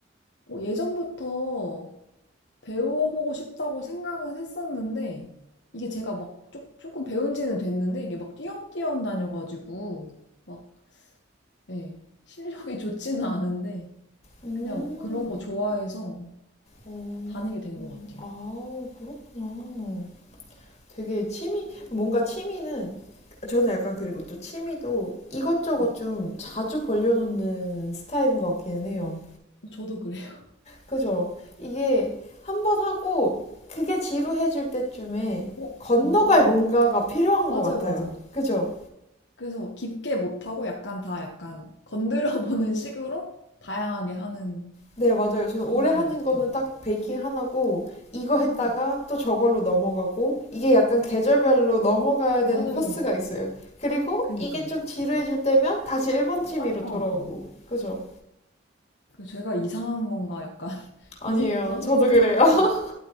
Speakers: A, on the left; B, on the left.
A: 어, 예전부터 배워보고 싶다고 생각은 했었는데 이게 제가 막 조, 조금 배운 지는 됐는데 이게 막 띄엄띄엄 다녀가지고 막 예, 실력이 좋지는 않은데
B: 음.
A: 그냥 그런 거 좋아해서
B: 오.
A: 다니게 된 것 같아요.
B: 아, 그렇구나. 되게 취미 뭔가 취미는 저는 약간 그리고 또 취미도 이것저것
A: 네,
B: 좀 자주 벌려놓는 스타일인 것 같기는 해요.
A: 어, 저도 그래요.
B: 그죠? 이게 한번 하고 그게 지루해질 때쯤에
A: <laughs> 어,
B: 건너갈
A: 어,
B: 뭔가가 필요한
A: 맞아요,
B: 것 같아요.
A: 맞아요.
B: 그죠?
A: 그래서 깊게 못하고 약간 다 약간 건드려보는 식으로 다양하게 하는
B: 네, 맞아요. 저는
A: 그런
B: 오래 하는
A: 것
B: 거는
A: 같아요.
B: 딱 베이킹 하나고 이거
A: 어,
B: 했다가 또 저걸로 넘어가고 이게 약간 계절별로 넘어가야 되는
A: 맞아요.
B: 코스가 있어요. 그리고
A: 그니까요.
B: 이게 좀 지루해질 때면 다시 1번 취미로
A: 딴거
B: 돌아오고.
A: 하고.
B: 그죠?
A: 그 제가 이상한 건가 약간 <laughs>
B: 아니에요.
A: 이 생각도
B: 저도
A: 하긴 했는데
B: 그래요. <laughs>